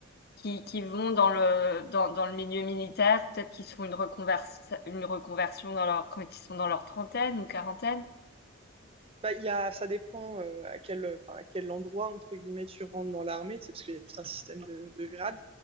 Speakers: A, on the left (about 50°); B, on the right (about 30°).
A: qui, qui vont dans le, dans, dans le milieu militaire, peut-être qu'ils se font une reconversion, une reconversion dans leur, quand ils sont dans leur trentaine ou quarantaine?
B: Bah, il y a, ça dépend euh, à quel, enfin, à quel endroit, entre guillemets, tu rentres dans l'armée, tu sais, parce qu'il y a tout un système de, de grades.